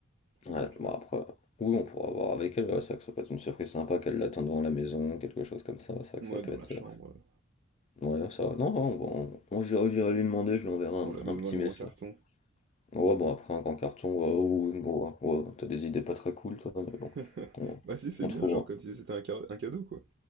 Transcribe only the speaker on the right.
ça
devrait le faire.
Ouais,
dans
la chambre.
euh,
On la met
dans
un
grand carton.
<laughs>
Bah si, c'est
bien,
genre comme si c'était un, ca- un cadeau, quoi.